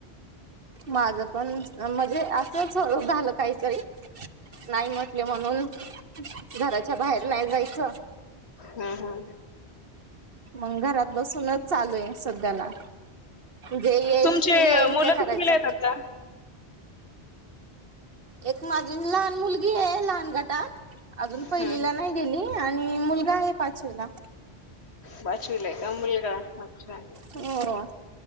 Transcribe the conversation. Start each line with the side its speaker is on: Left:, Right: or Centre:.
Right: माझ पण म्हणजे असंच झालं काहीतरी. नाही म्हटले म्हणून घराच्या बाहेर नाही जायच.
Left: हा हा.
Right: मग घरात बसूनच चालू आहे सध्याला. जे येईल
Left: तुमचे
Right: ते येईल
Left: मुलं
Right: ते करायचं.
Left: कितवीला आहेत आता?
Right: एक माझी लहान मुलगी आहे लहान गटात अजून
Left: हं,
Right: पहिलीला
Left: हं.
Right: नाही. गेली आणि मुलगा आहे पाचवीला.
Left: पाचवीला आहे का मुलगा? अच्छा.
Right: हो